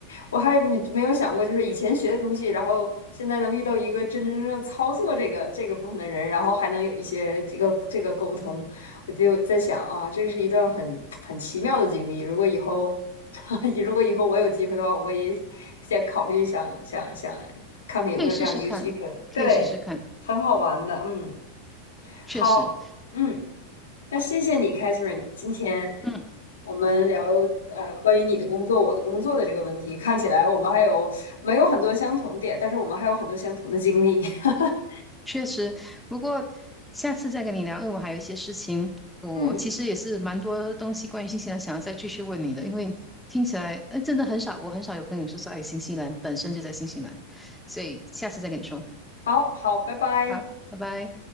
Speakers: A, on the left; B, in the centre.
A: 我还没没有想过，就是以前学的东西，然后现在能遇到一个真真正正操作这个这个部分的人，然后还能有一些这个这个沟通，我就在想啊，这个是一段很很奇妙的经历。如果以后，<laughs> 如果以后我有机会的话，我也先考虑想想想看看有没有这样的一个机会。
B: 可以试试看，可以试试看，
A: 对，很好玩的，嗯，
B: 确实。
A: 好，嗯。那谢谢你，Catherine。今天
B: 嗯。
A: 我们聊呃关于你的工作、我的工作的这个问题，看起来我们还有没有很多相同点，但是我们还有很多相同的经历。<laughs>
B: 确实，不过下次再跟你聊，因为我还有一些事情，我其实也是蛮多东西关于新西兰想要再继续问你的，
A: 嗯，
B: 因为听起来，哎，真的很少，我很少有朋友是在新西兰，本身就在新西兰，所以下次再跟你说。
A: 好好，拜拜。
B: 好，拜拜。